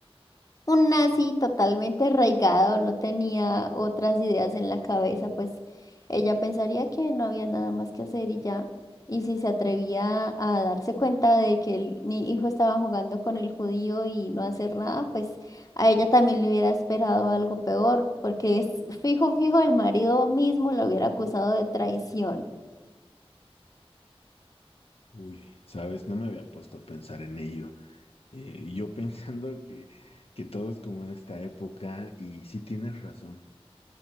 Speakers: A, on the left; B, on the left.
A: un nazi totalmente arraigado, no tenía otras ideas en la cabeza, pues ella pensaría que no había nada más que hacer y ya. Y si se atrevía a darse cuenta de que el, mi hijo estaba jugando con el judío y no hacer nada, pues a ella también le hubiera esperado algo peor, porque es fijo, fijo, el marido mismo lo hubiera acusado de traición.
B: Uy, ¿sabes? No me había puesto a pensar en ello. Eh, yo <laughs> pensando que, que todo es como en esta época, y sí tienes razón.